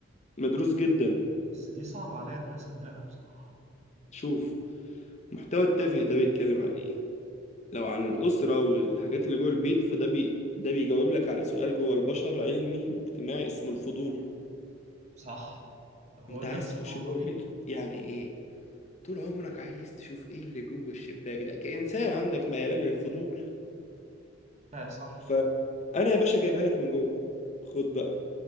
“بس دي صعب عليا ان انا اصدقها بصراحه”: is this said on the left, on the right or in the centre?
Right